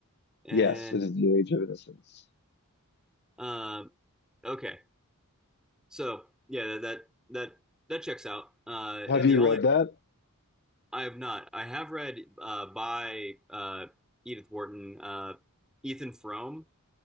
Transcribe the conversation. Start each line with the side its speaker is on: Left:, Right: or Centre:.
Centre: And
Left: Yes, it is The Age of Innocence.
Centre: uh, okay, so yeah, that that that checks out. Uh,
Left: Have
Centre: and
Left: you
Centre: the only
Left: read that?
Centre: I have not, I have read uh, by uh, Edith Wharton, uh, Ethan Frome.